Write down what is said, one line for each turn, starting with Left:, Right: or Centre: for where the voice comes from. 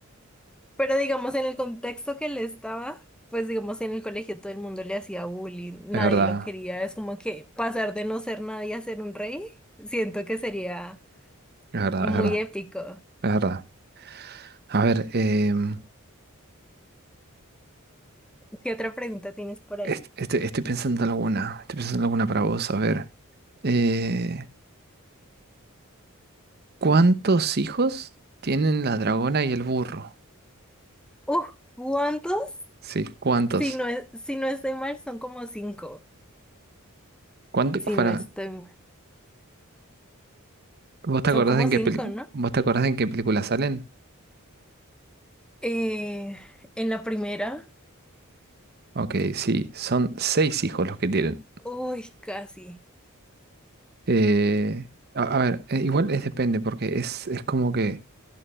Centre: Pero digamos, en el contexto que él estaba, pues digamos, en el colegio todo el mundo le hacía bullying, nadie
Right: Es verdad,
Centre: lo quería, es como que pasar de no ser nadie a ser un rey, siento que sería
Right: es verdad,
Centre: muy
Right: es verdad,
Centre: épico.
Right: es verdad. A ver, em,
Centre: ¿Qué otra pregunta tienes por ahí?
Right: est- este- estoy pensando en alguna, estoy pensando en alguna para vos, a ver. Eh, ¿cuántos hijos tienen la dragona y el burro?
Centre: Uf, ¿cuántos?
Right: Sí, ¿cuántos?
Centre: Si no es, si no estoy mal, son como cinco.
Right: ¿Cuánto,
Centre: Si
Right: para,
Centre: no estoy mal,
Right: ¿vos te
Centre: son
Right: acordás
Centre: como
Right: en
Centre: cinco,
Right: qué peli-
Centre: ¿no?
Right: vos te acordás en qué película salen?
Centre: Eh, en la primera,
Right: Ok, sí, son seis hijos los que tienen.
Centre: uy, casi.
Right: Eh, a, a ver, eh, igual es depende, porque es, es como que.